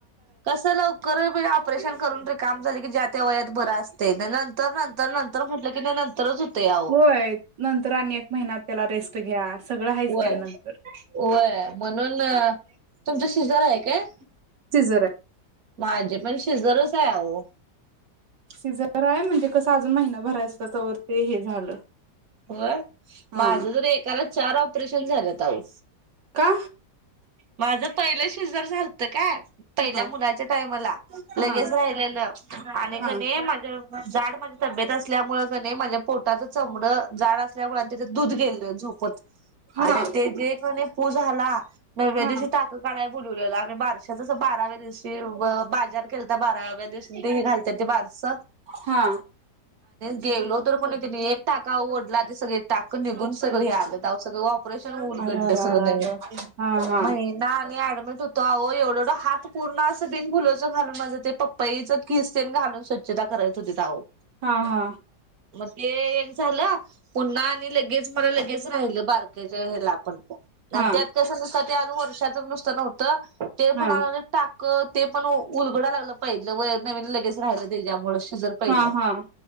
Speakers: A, on the right (about 55°); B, on the right (about 80°).
A: कस लवकर हाय बाई ऑपरेशन करून री काम झाले की ज्या त्या वयात बरं असतय त्या नंतर, नंतर, नंतर म्हटलं की नंतरच होतंय अहो.
B: होय नंतर आणि एक महिन्यात तेला रेस्ट घ्या. सगळं आहेच
A: व्हय
B: की नंतर
A: व्हय म्हणून तुमचा शिजर आहे काय?
B: सिजर आहे.
A: माझे पण शिझरस आहे अहो.
B: सिझर आहे म्हणजे कसं अजून महिना भरायच त्याच्या वर ते हे झालं.
A: होय
B: हा
A: माझं जर एकाला चार ऑपरेशन झालेत आहो.
B: का
A: माझं पहिलं शिजर झालतं काय पहिल्या
B: हा
A: मुलाच्या टाइमला लगेच
B: हा
A: राहिलेलं आणि
B: हा
A: माझं जाड माझी तब्येत अस त्यामुळे माझ्या पोटाच चमड जाड असल्यामुळे यांच्यात दूध गेले झोपत
B: हा
A: आणि ते जे कणी पू झाला नव्या
B: हा
A: दिवशी टाक काढाला बोलवलेला आम्ही बारश बाराव्या दिवस ते बाजार खेलता बाराव्या दिवशी ते हे घालते ते बारस
B: हा
A: देवलो पुन्ही तीन्ही एक टाक गाव ओढला ते सगळे टाक निघून सगळे आलं गाव सगळं वा प्ररशन उलगडल
B: अर अर
A: सगळ्या
B: अर अर
A: नवीन
B: हा हा
A: महिना आणि होतो आह एवढंढ हात पूर्ण असं बिन फुलाचं घालून माझं ते पप्पाई ज किस्तीन घालून स्वच्छता करत होते आहो.
B: हा हा.
A: मग ते एक झालं पुन्हा आणि लगेच मला लगेच राहिल बार त्याच्या ह्याला पण,
B: हा
A: त्यात कस नसत ते आज वर्षाचं नुसतं नव्हतं ते म्हणा
B: हा
A: लागलं टाक ते पण उलगडा लागलं पहिलं व्हय नवीन लगेच राहिलं त्याच्यामुळे सिजर पहिल
B: हा हा